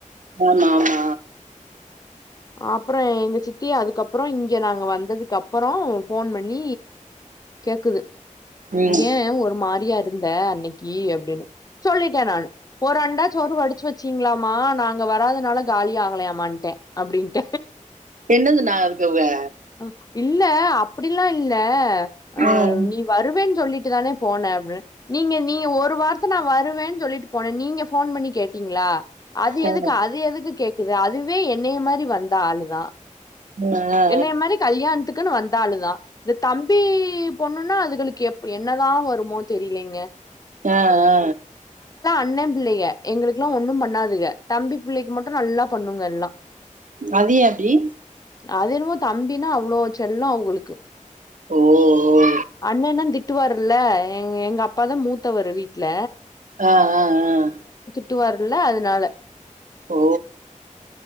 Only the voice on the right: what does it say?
ஆமா ஆமா
ம்
என்னதுனா நா அதுக்கு வ
ம்
ஆ ஆ
மு அ
அ ஆ
அது எ அப்டி
ஓ ஓ
ஆ ஆ அ
ஓ